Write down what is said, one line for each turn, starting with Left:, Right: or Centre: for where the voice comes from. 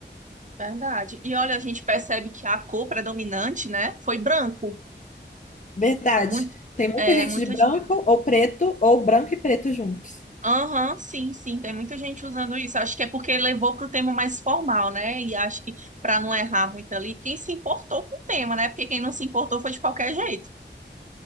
Right: Verdade. E olha, a gente percebe que a cor predominante, né, foi branco.
Left: Verdade.
Right: Muito,
Left: Tem muita
Right: é,
Left: gente
Right: muita
Left: de branco
Right: gente.
Left: ou preto, ou branco e preto juntos.
Right: Aham, sim, sim, tem muita gente usando isso. Acho que é porque levou para o tema mais formal, né? E acho que para não errar muito ali, quem se importou com o tema, né? Porque quem não se importou foi de qualquer jeito.